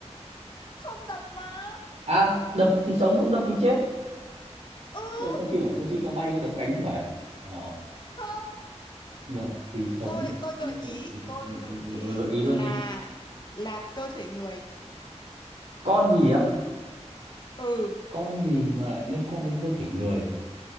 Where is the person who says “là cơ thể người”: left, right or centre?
Left